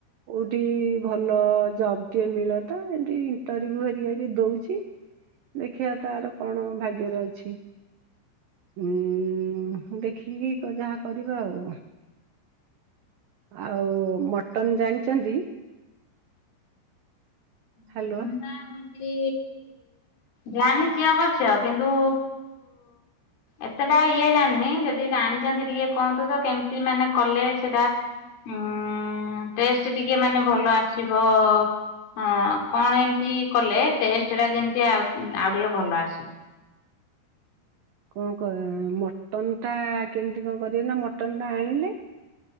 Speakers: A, on the right; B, on the left.
A: କୋଉଠି ଭଲ ଜବ ଟିଏ ମିଳନ୍ତା ଏମତି ଇଣ୍ଟରଭ୍ୟୁ ହେରିକା ବି ଦଉଛି। ଦେଖିବା ତାର କଣ ଭାଗ୍ୟରେ ଅଛି? ହୁଁ ଦେଖିକି ଯାହା କରିବା ଆଉ। ଆଉ ମଟନ ଜାଣିଛନ୍ତି?
B: ମଟନଟା
A: ହ୍ୟାଲୋ
B: ଏମତି ଜାଣିଛି ଅବଶ୍ୟ କିନ୍ତୁ ଏତେଟା ଇଏ ଜାଣିନି ଯଦି ଜାଣିଛନ୍ତି ଟିକେ କୁହନ୍ତୁ ତ କେମିତି ମାନେ କଲେ ସେଟା ହଁ ଟେଷ୍ଟ ଟିକେ ମାନେ ଭଲ ଆସିବ। ହଁ କଣ ଏମିତି କଲେ ଟେଷ୍ଟ ଟା ଯେମିତି ଆଉ ଆଉ ଟିକେ ଭଲ ଆସିବ?
A: କଣ କ ମଟନ୍ ଟା କେମିତି କଣ କରିବେ ନା ମଟନ୍ ଟା ଆଣିଲେ।